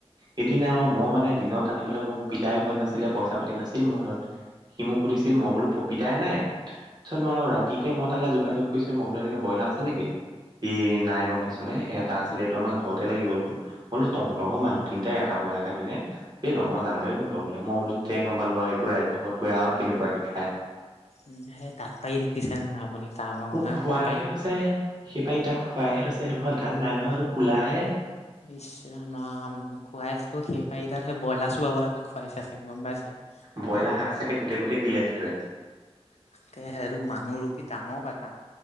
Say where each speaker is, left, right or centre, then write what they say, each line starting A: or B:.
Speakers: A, on the right; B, on the left.
A: সদিনা আৰু মই মানে দিনত আনিবেলে মোৰ পিতাই ঘৰত নাছিলে পইচা পাতি নাছিল মোৰ হাতত।। সি মোক সুধিছিল মই বোলো পিতাই নাই, তাৰ পিছত মই ৰাতিকে মই তালে যোগাযোগ। কৈছ মই বোলো এনেকে ব্ৰইাৰ আছে নেকি। ই নাই গম পাইছ নে, এটা আছিলে এইটো আমাৰ ঘৰতে লাগিব দেখোন। মই বোল তহতৰ ঘৰৰ মানুহ তিনিটাই এটা বইলাৰ খাবিনে। এ নহয় জানোৱেই দেখোন তই বোলে মই বোলো তেতিয়াই‌ গম পালো আৰু এইটো ৰাক্ষসটোৱে কেনেকুৱাকে খাই।
B: উম, সেই তাত পাই দেখিছে না আপুনি। তাৰ ভাগৰ
A: মোক
B: হা
A: খোৱাইহে
B: সৌ পাৰি
A: থৈছে সেই পাৰী দাত খোৱাইহে থৈছে সেইটো ঘৰত ধান নাই নহয় এইটো খোলাহে।
B: নিশ ৰাম ৰাম খুৱাই দিলো সেই পাৰি তাত সেই ব্ৰইলাৰ চলাব লাগে। ত খুৱাইছা চাগে গম পাইছে
A: ব্ৰইলাৰ
B: হা
A: হাড় চাকে গোটেই গোটেই গিলে সেইটোৱে
B: তাকে সে মানুহ ৰূপী দানৱ এটা